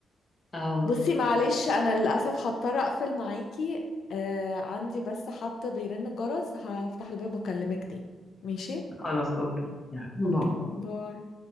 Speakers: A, on the left; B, on the left.
A: اه
B: بصي
A: بالظبط
B: معلش انا للاسف هضطر اقفل معاكي آه عندي بس حد بيرن الجرس هفتح الباب واكلمك تاني ماشي
A: خلاص اوكي يلا باي
B: اوكي باي